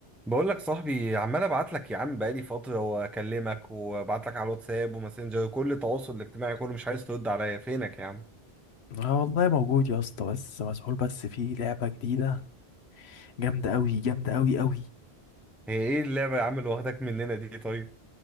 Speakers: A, in the centre; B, on the left (about 75°).
A: بقول لك صاحبي عمال ابعت لك يا عم بقالي فتره واكلمك وابعت لك على الواتساب وماسنجر وكل التواصل الاجتماعي كله مش عايز ترد عليا فينك يا عم
B: اه والله موجود يا اسطى بس مسحول بس في لعبة جديدة جامدة أوي جامدة أوي أوي
A: هي ايه اللعبه يا عم اللي واخداك مننا دي طيب